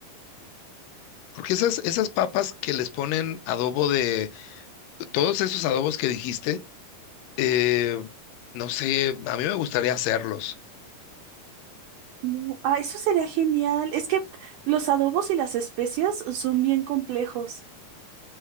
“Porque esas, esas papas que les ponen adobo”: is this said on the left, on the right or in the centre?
Left